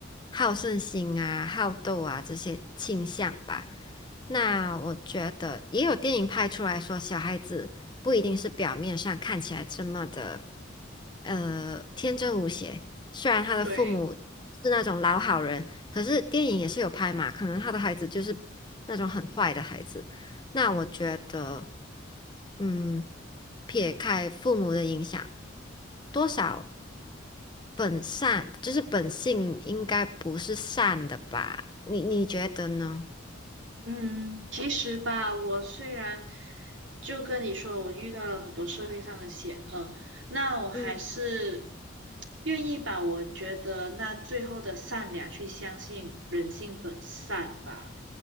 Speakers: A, on the left; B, on the right.
A: 好胜心啊、好斗啊这些倾向吧。那我觉得也有电影拍出来说，小孩子不一定是表面上看起来这么的，呃，天真无邪。虽然他的父母是那种老好人，
B: 对，
A: 可是电影也是有拍嘛，可能他的孩子就是那种很坏的孩子。那我觉得，嗯，撇开父母的影响，多少本善，就是本性应该不是善的吧？你你觉得呢？
B: 嗯，其实吧，我虽然就跟你说，我遇到了很多社会上的险恶，那我还是
A: 嗯
B: 愿意把我觉得那最后的善良去相信人性本善吧，